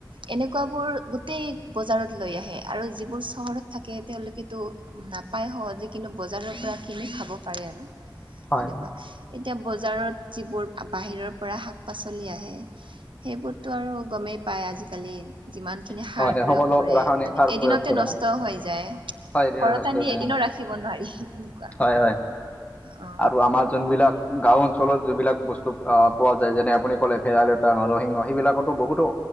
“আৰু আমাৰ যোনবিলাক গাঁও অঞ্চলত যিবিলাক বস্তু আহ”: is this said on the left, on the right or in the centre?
Left